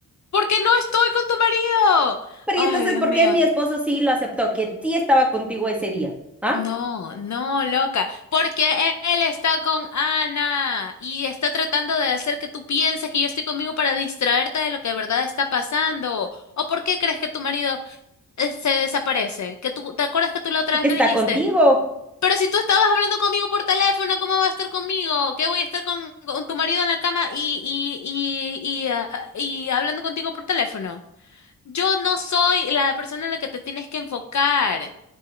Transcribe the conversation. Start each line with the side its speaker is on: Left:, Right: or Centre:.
Left: porque no estoy con tu marido.
Centre: Pero
Left: Ay,
Centre: ¿y entonces
Left: Dios
Centre: por
Left: mío.
Centre: qué mi esposo sí lo aceptó? Que sí estaba contigo ese día. ¿Ah?
Left: No, no, loca, porque e- él está con Ana y está tratando de hacer que tú pienses que yo estoy conmigo para distraerte de lo que de verdad está pasando. ¿O por qué crees que tu marido eh, se desaparece? Que tú, ¿te acuerdas que tú la otra
Centre: Porque
Left: vez me
Centre: está
Left: dijiste?
Centre: contigo.
Left: Pero si tú estabas hablando conmigo por teléfono, ¿cómo va a estar conmigo? ¿Qué voy a estar con, con tu marido en la cama y, y, y, y, ah, y hablando contigo por teléfono? Yo no soy la persona en la que te tienes que enfocar.